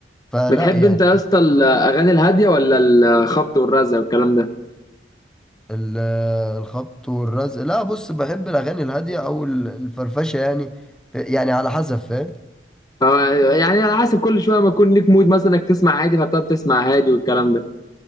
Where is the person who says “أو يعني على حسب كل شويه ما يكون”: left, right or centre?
Left